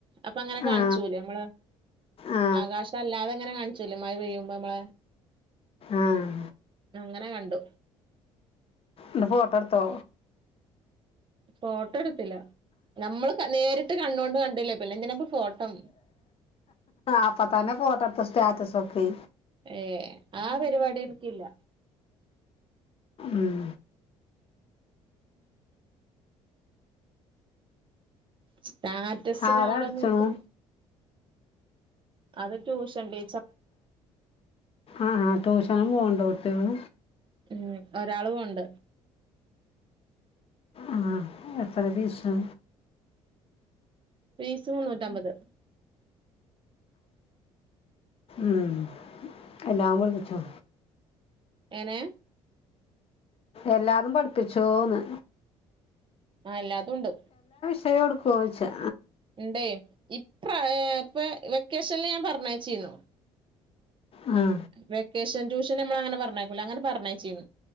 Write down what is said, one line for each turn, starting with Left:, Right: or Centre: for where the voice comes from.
Right: അപ്പ അങ്ങനെ
Left: ആ
Right: കാണിച്ചൂലേമ്മളേ
Left: ആ
Right: ആകാശം അല്ലാതെങ്ങനെ കാണിച്ചൂലെ മഴ പെയ്യുമ്പോ മ്മളെ
Left: ആഹ്‌
Right: അങ്ങനെ കണ്ടു
Left: ന്ന് ഫോട്ടട്ത്തോ
Right: ഫോട്ടോ എടു ട്ടില്ല നമ്മള് നേരിട്ട് കണ്ണോണ്ട് കണ്ടില്ലേ പിന്നെന്തിനാപ്പൊ ഫോട്ടം
Left: അപ്പൊ തന്നെ
Right: ഉം
Left: ഫോട്ടോ എടുത്ത സ്റ്റാറ്റസ് ഒക്കെ
Right: ഏ ആ പരിപാടി എൻക്കില്ല
Left: ഉം.
Right: സ്റ്റാറ്റസിനോടൊന്നുംൻക്ക്
Left: ആരാ അടിച്ചണു
Right: അത് ട്യൂഷൻ ടീ
Left: ആഹ് ആഹ് ടൂ ഷനും പോക്ണ്ടോ കുട്ട്യാള്
Right: ഉം ഒരാള് പോണ്ട്
Left: ആഹ് എത്രെ ഫീസ്?
Right: ഫീസ് മുന്നൂറ്റമ്പത്
Left: ഉം എല്ലാം പടിപ്പിച്ചോ?
Right: എങ്ങനെ?
Left: എല്ലാതും പഠിപ്പിച്ചോന്ന്?
Right: ആ എല്ലാതുണ്ട്
Left: ഫോടുക്കോയ്ച്ചാ
Right: ഉണ്ടെയ് ഇപ്രാ ഇപ്പെ വെക്കേഷൻല് ഞാൻ പർ ഞ്ഞയ്ച്ചീന്നു
Left: ആ
Right: വെക്കേഷൻ ട്യൂഷൻ പക്ഷെ ഞമ്മള് അങ്ങനെ പറഞ്ഞയക്കൂല്ല അങ്ങനെ പറഞ്ഞയിച്ചീനി